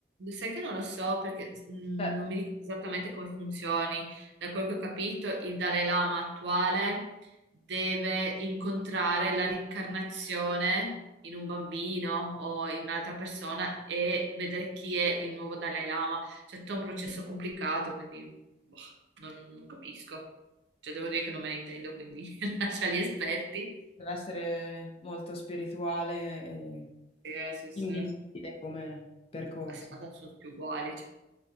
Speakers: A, on the right; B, on the left.
A: Sai che non lo so perché mh,
B: Cioè,
A: non mi ricordo esattamente come funzioni. Da quel che ho capito, il Dalai Lama attuale deve incontrare la rincarnazione in un bambino o in un'altra persona e vedere chi è il nuovo Dalai Lama. C'è tutto un processo complicato, quindi boh, non, non capisco. Cioè, devo dire che non me ne intendo, quindi <laughs> lascia gli esperti.
B: deve essere molto spirituale e
A: Eh, sì, sì.
B: invisibile
A: A
B: come percorso.
A: 70 sono tutti uguali, cioè,